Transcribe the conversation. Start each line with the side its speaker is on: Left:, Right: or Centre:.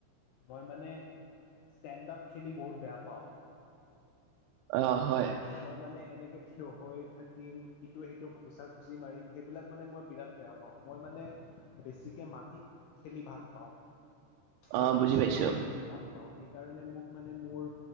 Left: মই মানে ষ্টেণ্ড আপ খেলি বহুত বেয়া পাওঁ।
Right: অ হয়
Left: মই মানে এনেকে থিয় হৈ থাকিম ইটোৱে সিটো ঘুচা ঘুচি মাৰিম সেইবিলাক মানে মই বিৰাট বেয়া পাওঁ, মই মানে বেছি মাটিত খেলি ভাল পাওঁ,
Right: অ
Left: মই কুস্তি
Right: বুজি পাইছো
Left: কৰি বেচি ভাল পাওঁ সেই কাৰণে মোক মানে মোৰ